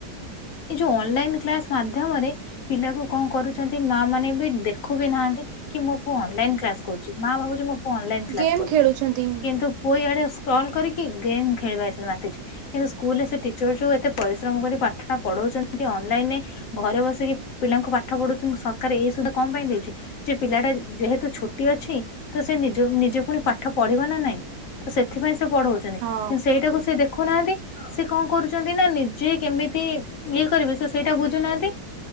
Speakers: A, on the left; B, on the right.
A: ଏ ଯୋଉ ଅନଲାଇନ କ୍ଲାସ ମାଧ୍ୟମରେ ପିଲାକୁ କଣ କରୁଛନ୍ତି ମା ମାନେ ବି ଦେଖୁ ବି ନାହାନ୍ତି କି ମୋ ପୁ ଅନଲାଇନ କ୍ଲାସ କରୁଛି ମା ଭାବୁଛି ମୋ ପୁଅ ଅନଲାଇ କ୍ଲାସ
B: ଗେମ୍
A: କରୁଛି
B: ଖେଳୁଛନ୍ତି
A: କିନ୍ତୁ ପୁଅ ଇଆଡ଼େ ସ୍କ୍ରୋଲ କରିକି ଗେମ୍ ଖେଳିବାରେ ମାତିଛି କିନ୍ତୁ ସ୍କୁଲରେ ସେ ଟିଚର ଯେଉଁ ଏତେ ପରିଶ୍ରମ କରି ପାଠଟା ପଢ଼ାଉଛନ୍ତି ଅନଲାଇନ ରେ ଘରେ ବସିକି ପିଲାଙ୍କୁ ପାଠ ପଢଉଛନ୍ତି ସରକାର ଏଇ ସୁବଧା କଣ ପାଇଁ ଦେଇଛନ୍ତି ଯେ ପିଲା ଟା ଯେହେତୁ ଛୁଟି ଅଛି ତ ସେ ନିଜ ନିଜେ ପୁଣି ପାଠ ପଢିବ ନା ନାଇଁ ତ ସେଥିପାଇଁ ସେ ପଢଉଛନ୍ତି
B: ହଁ
A: କିନ୍ତୁ ସେଇଟାକୁ ସେ ଦେଖୁନାହାନ୍ତି ସେ କଣ କରୁଛନ୍ତି ନା ନିଜେ କେମିତି ଇଏ କରିବେ ସେ ସେଇଟା ବୁଝୁନାହାନ୍ତି